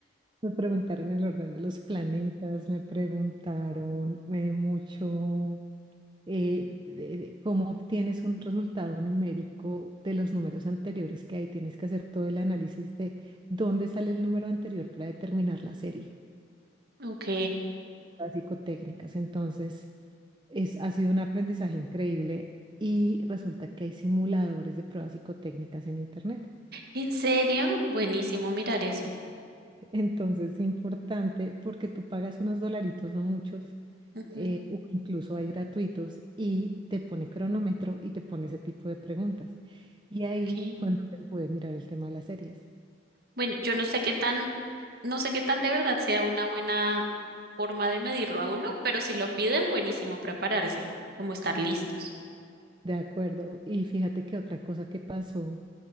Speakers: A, on the right; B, on the right.
A: Me preguntaron el orden de los planetas, me preguntaron eh, mucho eh, de- de cómo obtienes un resultado numérico de los números anteriores que hay. Tienes que hacer todo el análisis de dónde sale el número anterior para determinar la serie,
B: Ok.
A: las psicotécnicas. Entonces, es, ha sido un aprendizaje increíble y resulta que hay simuladores de pruebas psicotécnicas en Internet.
B: ¿En serio? Buenísimo mirar eso.
A: Entonces es importante porque tú pagas unos dolaritos, no muchos,
B: Ujú,
A: eh, o incluso hay gratuitos, y te pone cronómetro y te pone ese tipo de preguntas. Y ahí
B: ok.
A: fue en donde pude mirar el tema de las series.
B: Bueno, yo no sé qué tan, no sé qué tan de verdad sea una buena forma de medirlo a uno, pero si lo piden, buenísimo prepararse, como estar listos.
A: De acuerdo. Y fíjate que otra cosa que pasó